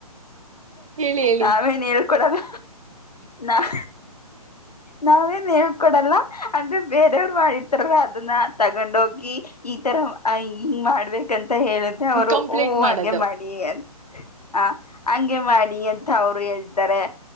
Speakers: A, on the right; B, on the left.
A: ಹೇಳಿ ಹೇಳಿ
B: ನಾವೇನ್ ಹೇಳ್ಕೊಡಲ್ಲ ನಾ <inaudible> ನಾವೇನ್ ಹೇಳ್ಕೊಡಲ್ಲ ಅಂದ್ರೆ ಬೇರೆಯವ್ರು ಮಾಡಿರ್ತಾರಲ್ಲ <inaudible> ಅದನ್ನ ತಗೊಂಡ ಹೋಗಿ ಈ ತರ ಹಿಂಗ್ ಮಾಡ್ಬೇಕ <inaudible> ಂತ <unintelligible> ಹೇಳಿದ್ರೆ ಅವ್ರು
A: ಕಂಪ್ಲೇಂಟ್
B: ಹಊ
A: ಮಾಡೋದು
B: ಹಂಗೆ ಮಾಡಿ ಅಂತ ಹ ಹಂಗೆ ಮಾಡಿ ಅಂತ ಅವ್ರು ಹೇಳ್ತಾರೆ